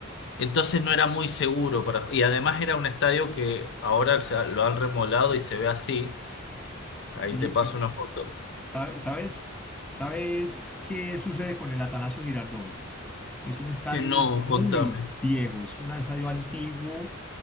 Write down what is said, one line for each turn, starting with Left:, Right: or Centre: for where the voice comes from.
Left: Entonces no era muy seguro para... Y además era un estadio que ahora se ha- lo han remolado y se ve así. Ahí
Centre: Sí,
Left: te paso
Centre: pero
Left: una foto.
Centre: ¿sabe- ¿sabes, sabes qué sucede con el Atanasio Girardot? Es un estadio
Left: Eh, no,
Centre: muy
Left: contame.
Centre: viejo, es un estadio antiguo